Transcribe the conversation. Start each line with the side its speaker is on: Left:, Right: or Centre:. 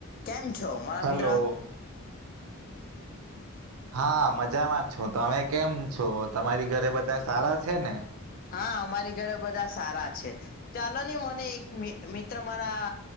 Left: કેમ છો મારા
Right: હલો
Left: મિત્ર?
Right: હા મજામાં છું. તમે કેમ છો? તમારી ઘરે બધા સારા છે ને?
Left: હા અમારી ઘરે બધા સારા છે, ચાલો નહી મને એક મિત્ર મારા